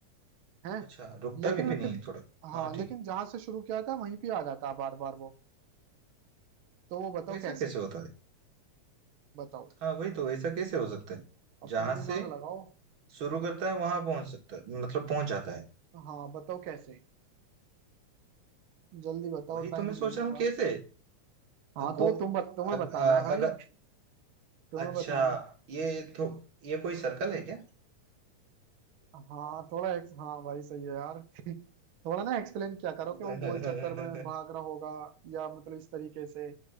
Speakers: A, on the right (about 70°); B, on the right (about 45°).
A: है
B: अच्छा रुकता
A: लेकिन
B: भी
A: मैं
B: नहीं
A: फिर
B: है थोड़ा
A: हाँ
B: हाँ ठीक
A: लेकिन
B: है
A: जहां से शुरू किया था वहीं पे आ जाता बार बार वो तो वो बताओ
B: वैसा
A: कैसे
B: कैसे होता है
A: बताओ
B: हाँ वही तो वैसा कैसे हो सकता है
A: अब
B: जहां
A: तुम दिमाग
B: से
A: लगाओ
B: शुरू करता है वहां पहुंच सकता है मतलब पहुंच जाता है
A: हाँ बताओ कैसे जल्दी बताओ
B: वही
A: टाइम
B: तो मैं सोच
A: नहीं है
B: रहा हूँ
A: भाई
B: कैसे
A: हाँ
B: गो
A: तो वो तुम बत, तुम्हें
B: अग,
A: बताना
B: अ-
A: है भाई
B: अगर
A: <laughs> तुम्हें
B: अच्छा
A: बताना है
B: ये तो ये कोई सर्कल है क्या
A: हाँ थोड़ा ex- हाँ भाई सही है यार <laughs> थोड़ा ना एक्सप्लेन किया करो
B: <laughs>
A: कि वो गोल चक्कर में भाग रहा होगा या मतलब इस तरीके से